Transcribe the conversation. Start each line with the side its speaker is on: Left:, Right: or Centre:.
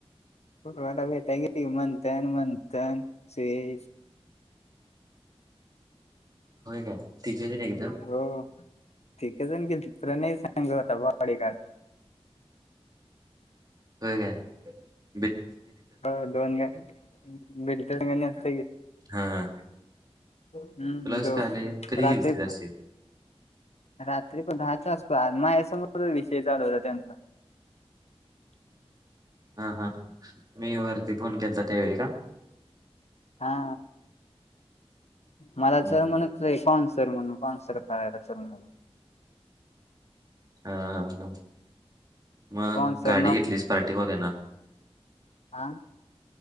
Left: वाला भेटा गे त मंथन मंथन सुरेश
Right: होय काय तिथे नाही एकदम
Left: हो ते का जाण गेली त तुला नाही सांग होता भाडी का
Right: हो का
Left: हो दोन गा बे दोन गाणी अस
Right: हा
Left: हम्म
Right: तुला कसं
Left: जो
Right: कळाले कधी गेलतीस
Left: राात्री
Right: अशी
Left: प रात्री को दहाच्या वाजपो मा या समोर विषय चालवता त्यांचा
Right: हा हा मी वरती फोन केला तर तेवे का
Left: हा मला
Right: हम्म,
Left: तर
Right: हम्म.
Left: म्हण कॉन सर म्हणून कॉन्सर करायला चणार
Right: हा हा हा मग
Left: स्पॉन्सर
Right: गाडी घेतलीस पार्टींगमध्ये ना
Left: आा